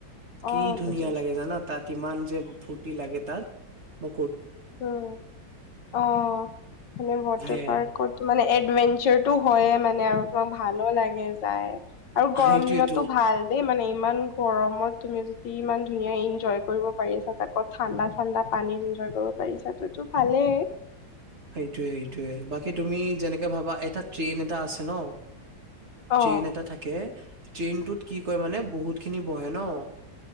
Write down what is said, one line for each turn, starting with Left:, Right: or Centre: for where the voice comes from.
Right: কি
Left: অ
Right: ধুনীয়া
Left: বুজিছো
Right: লাগে জানা তাত। কিমান যে ফুৰ্টি লাগে তাত উম
Left: উ অ মানে ৱাটাৰ
Right: সেয়াই
Left: পাৰ্কত মনে এণ্টমেন হয়ে মানে আৰু তোমাক ভালো লাগে যায় আৰু
Right: সেইটোয়েতো
Left: গৰম দিনতো ভাল দে মানে ইমান গৰমত তুমি যদি ইমান ধুনীয়া ইঞ্জয় কৰিব পাৰিছা- আকৌ ঠাণ্ডা - ঠাণ্ডা পানী ইঞ্জয় কৰিব পাৰিছা তইটো ভালেই।
Right: সেইটোৱে এই টোৱে। বাকী তুমি যেনেকে ভাবা এটা ট্ৰেইন এটা আছে ন',
Left: অ
Right: ট্ৰেইন এটা থাকে ট্ৰেইনটোত কি কয় মানে বহুতখিনি বহে ন'